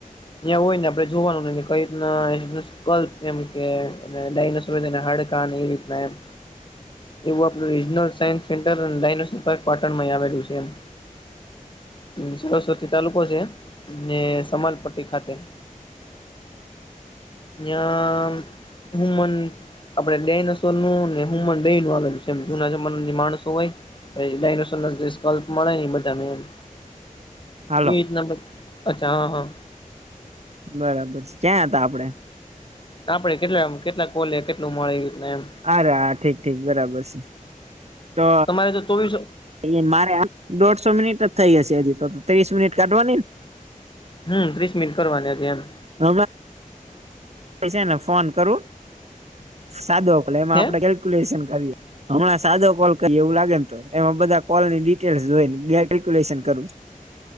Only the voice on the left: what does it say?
ત્યાં હોય ને આપડે જોવાનું કે કઈ રીતના સ્કલપ એમ કે દઈનોસૌર એ બધા ના હડકા ને એ રીતના એમ
એવું આપણું regional science centre dinosaur Patan માં પણ આવેલું છે એમ પ્રિન્સિપાલ <unintelligible> <unintelligible> સમાલપટ્ટી ખાતે
નાયા હુમન આપડે ડાયનાસર નું ને હુમન બેનું આવે છેમ જૂના જમાના જે માણસો હોય <unintelligible> મળે ન બધાને એમ
એના અચ્છા હા હા
આપડે કેટલા કેટલા કોલે કેટલું મળે એમ.
તમારે જો ચોવીસ
હમ ત્રીસ મિનિટ કરવાની હતી એમ.
હે